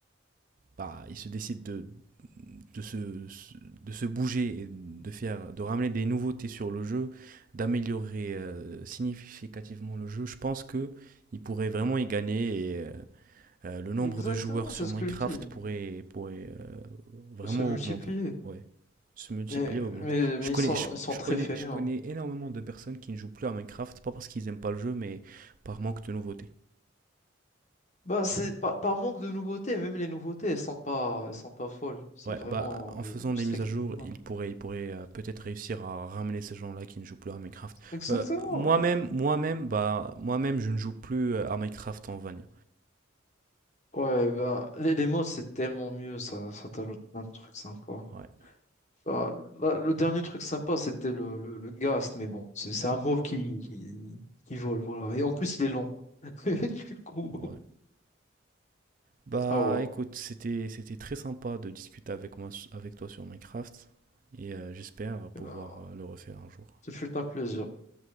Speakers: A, on the right; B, on the left.
A: bah, ils se décident de, de se, de se bouger et de faire, de ramener des nouveautés sur le jeu, d'améliorer euh, significativement le jeu, je pense que ils pourraient vraiment y gagner et euh, euh, le nombre
B: Exactement,
A: de joueurs sur
B: c'est ce
A: Minecraft
B: que je dis.
A: pourrait, pourrait euh, vraiment
B: Faut se multiplier.
A: augmenter. Ouais. Se multiplier,
B: Mais,
A: augmenter.
B: mais,
A: Je
B: mais
A: connais,
B: ils sont,
A: je,
B: ils sont
A: je
B: très
A: connais,
B: fainéants.
A: je connais énormément de personnes qui ne jouent plus à Minecraft, pas parce qu'ils n'aiment pas le jeu, mais par manque de nouveautés.
B: Bah, c'est par, par manque de nouveautés, même les nouveautés, elles sont pas, elles sont pas folles. C'est
A: Ouais,
B: vraiment
A: bah, en
B: le,
A: faisant
B: le
A: des
B: strict
A: mises à jour,
B: minimum.
A: il pourrait, il pourrait euh, peut-être réussir à ramener ces gens-là qui ne jouent plus à Minecraft.
B: Exactement.
A: Euh, moi-même, moi-même, bah, moi-même, je ne joue plus euh, à Minecraft en Vanilla.
B: Ouais, bah, les, les modes, c'est tellement mieux, ça, ça t'ajoute plein de trucs sympas.
A: Ouais,
B: Bah, là, le dernier truc sympa, c'était le, le, le Ghast, mais bon, c'est c'est un mauve qui, qui, qui vole, voilà. Et en plus, il est long. <laughs> Du coup,
A: ouais, Bah
B: au revoir.
A: écoute, c'était c'était très sympa de discuter avec moi avec toi sur Minecraft et euh, j'espère pouvoir
B: Bah,
A: euh, le refaire un jour.
B: ce fut un plaisir.